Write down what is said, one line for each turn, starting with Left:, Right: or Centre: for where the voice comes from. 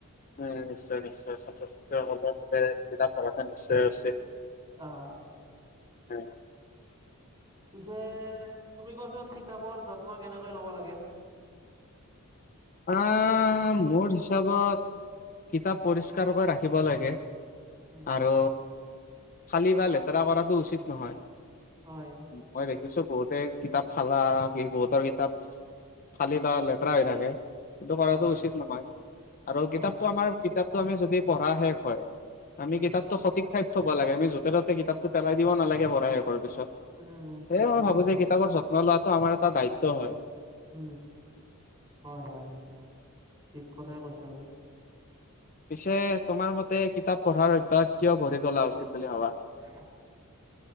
Left: উম নিশ্চয় নিশ্চয় ছাত্ৰ ছাত্ৰীসকলৰ বাবে কিতাপ পঢ়াটো নিশ্চয় উচিত
Right: অ অ
Left: হয়
Right: পিছে তুমি কোৱাচোন কিতাপৰ যত্ন কেনেকৈ ল'ব লাগে
Left: আ মোৰ হিচাপত কিতাপ পৰিষ্কাৰকৈ ৰাখিব লাগে
Right: উম
Left: আৰু ফালি বা লেতেৰা কৰাটো উচিত নহয়
Right: হয়
Left: মই দেখিছো বহুতে কিতাপ ফালা বহুতৰ কিতাপ ফালি বা লেতেৰা হৈ থাকে সেইটো কৰাটো
Right: হয়
Left: উচিত নহয় আৰু কিতাপটো
Right: হয়
Left: আমাৰ কিতাপটো আমি যদি পঢ়া শেষ হয় আমি
Right: উম
Left: কিতাপ টো সঠিক ঠাইত থব লাগে আমি য'তে ত'তে কিতাপ টো পেলাই দিব নালাগে পঢ়াৰ শেষ হোৱাৰ পিছত
Right: উম ঠিক
Left: সেয়ে মই
Right: কথা
Left: ভাবো
Right: কৈছা
Left: যে কিতাপৰ যত্ন লোৱাটো আমাৰ এটা দায়িত্ব হয়
Right: উ হয় হয় হয় ঠিক কথাই কৈছে আৰু
Left: পিছে তোমাৰ মতে কিতাপ পঢ়াৰ অভ্যাস কিয় ঘঢ়ি তোলা উচিত বুলি ভাবা
Right: <inaudible>